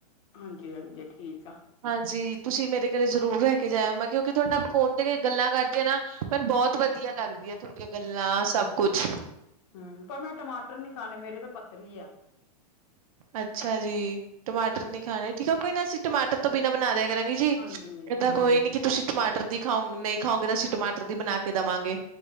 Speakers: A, on the left; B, on the right.
A: ਹਾਂਜੀ-ਹਾਂਜੀ ਠੀਕ ਆ।
B: ਹਾਂਜੀ ਤੁਸੀਂ ਮੇਰੇ ਘਰੇ ਜ਼ਰੂਰ ਰੈ ਕੇ ਜਾਏਓ ਮੈਂ ਕੇਆ ਜਦੋ ਤੁਹਾਡੇ ਫੋਨ ਤੇ ਗੱਲਾਂ ਕਰਦੀ ਆ ਨਾ ਮੈਨੂੰ ਬੌਤ ਵਦੀਆ ਲੱਗਦੀ ਆ ਤੁਹਾਡੀਆਂ ਗੱਲਾਂ ਸਭ ਕੁਛ
A: ਹੂੰ ਪਰ ਮੈਂ ਟਮਾਟਰ ਨੀ ਖਾਣੇ ਮੇਰੇ ਤਾਂ ਪੱਥਰੀ ਆ।
B: ਅੱਛਾ ਜੀ ਟਮਾਟਰ ਨੀ ਖਾਣੇ ਠੀਕ ਆ ਕੋਈ ਨਾ ਅਸੀਂ ਟਮਾਟਰ ਤੋਂ ਬੀਨਾਂ ਬਣਾ ਦੇਆ ਕਰਾਂਗੀ ਜੀ
A: ਹਾਂਜੀ
B: ਏ ਤਾਂ ਕੋਈ ਨੀ ਕੇ ਤੁਸੀਂ ਟਮਾਟਰ ਦੀ ਖਾਉ ਨੀ ਖਾਓਗੇ ਤਾਂ ਅਸੀਂ ਟਮਾਟਰ ਦੀ ਬਣਾ ਕੇ ਦੇਵਾਂਗੇ।